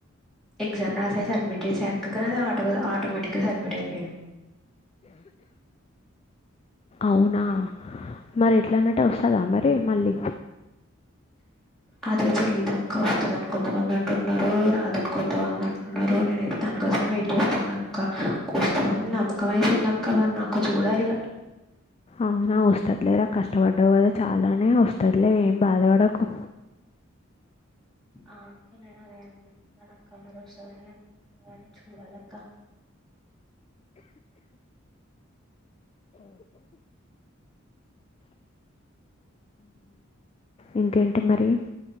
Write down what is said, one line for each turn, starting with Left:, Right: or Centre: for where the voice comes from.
Centre: ఎగ్జామ్ రాసే సబ్మిట్ చేస అక్క కానీ అది ఆటో ఆటోమేటిక్గా సబ్మిట్ అయిపోయింది
Left: అవునా మరి ఎట్లాన్నట్టే వస్తుందా మరి మళ్ళీ
Centre: అదే తెలిగిదక్క వస్తుందిని కొంతమంది అంటున్నారు రాదని కొంతమంది అంటున్నారు నేనతే దానికోసమే వెయిట్ చేస్తున్నాక్క వస్తుందని నమ్మకం అయితే ఉందక్క మరి నాకు చూడాలిగా
Left: అవునా వస్తదిలే రా కష్టపడ్డావు కదా చాలానే వస్తుదిలే ఏం బాధపడకు
Centre: ఆ అక్క నేను అదే అనుకుంటున్నానక్క మరో వస్తది అనే కానీ చూడాలక్క
Left: ఇంకేంటి మరి